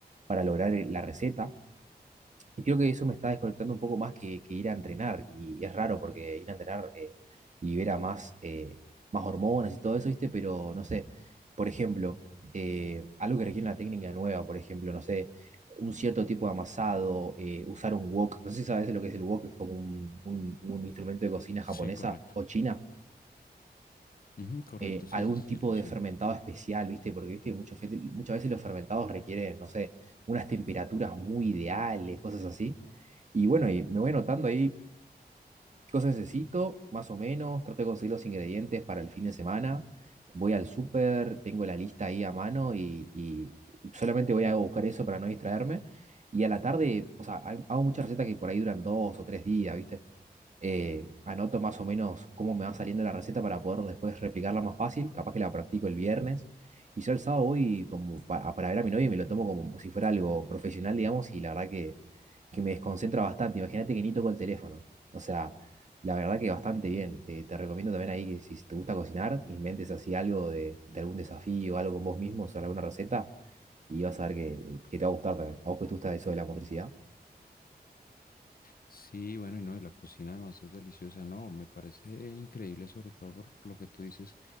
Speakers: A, on the right (about 45°); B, on the left (about 60°).
A: para lograr el- la receta. Y creo que eso me está desconectando un poco más que, que ir a entrenar. Y es raro porque ir a entrenar eh, libera más, eh, más hormonas y todo eso, ¿viste? Pero no sé, por ejemplo, eh, algo que requiere una técnica nueva, por ejemplo, no sé, un cierto tipo de amasado, eh, usar un wok. No sé si sabes lo que es el wok, es como un, un un instrumento de cocina
B: Sí,
A: japonesa
B: correcto.
A: o china
B: Ujú, correcto,
A: eh,
B: sí,
A: algún
B: sí, sí,
A: tipo
B: lo
A: de
B: sé.
A: fermentado especial, ¿viste? Porque, ¿viste? Muchas veces, muchas veces los fermentados requieren, no sé, unas temperaturas muy ideales, cosas así. Y bueno, y me voy anotando ahí qué cosas necesito, más o menos, trato de conseguir los ingredientes para el fin de semana, voy al súper, tengo la lista ahí a mano y, y solamente voy a buscar eso para no distraerme. Y a la tarde, o sea, hay- hago muchas recetas que por ahí duran dos o tres días, ¿viste? eh, anoto más o menos cómo me va saliendo la receta para poder después replicarla más fácil, capaz que la practico el viernes, y yo el sábado voy como pa- para, ver a mi novia y me lo tomo como si fuera algo profesional, digamos, y la verdad que, que me desconcentra bastante, imagínate que ni toco el teléfono, o sea, la verdad que bastante bien, te, te recomiendo también ahí que si te gusta cocinar, inventes así algo de, de algún desafío, algo con vos mismo, o sea, alguna receta, y vas a ver que, que te va a gustar también, a vos que te gusta eso de la motricidad.
B: Sí, bueno, y no, y la cocina además es deliciosa, no, me parece increíble sobre todo por lo que tú dices